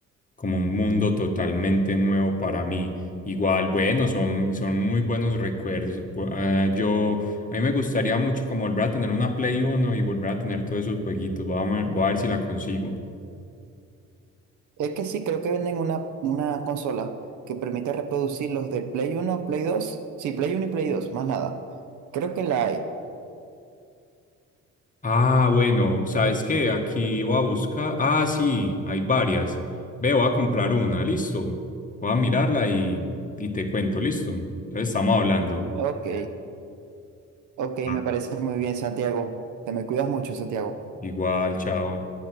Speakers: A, on the left (about 25°); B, on the right (about 75°).
A: como un mundo totalmente nuevo para mí. Igual, bueno, son, son muy buenos recuerdos. Pu- ah, yo a mí me gustaría mucho como volver a tener una Play Uno y volver a tener todos esos jueguitos. Voy a, ver- voy a ver si la consigo.
B: Es que sí, creo que venden una, una consola que permite reproducir los de Play uno Play 2 sí, Play uno y Play 2 más nada. Creo que la hay.
A: Ah, bueno, ¿sabes qué? Aquí voy a buscar. Ah, sí, hay varias. Ve, voy a comprar una, listo. Voy a mirarla y, y te cuento, listo. Entonces estamos hablando.
B: Ok, ok,
A: Ah.
B: me parece muy bien, Santiago. Te me cuidas mucho, Santiago.
A: Igual, chao.